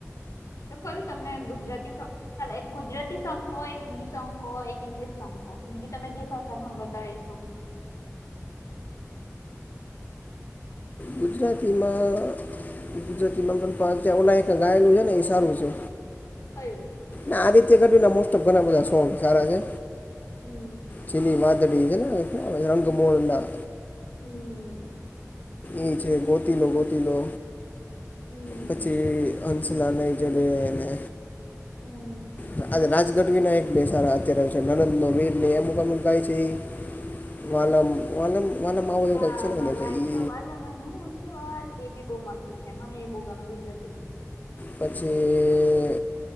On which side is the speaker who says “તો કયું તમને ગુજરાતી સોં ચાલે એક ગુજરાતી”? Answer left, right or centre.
Left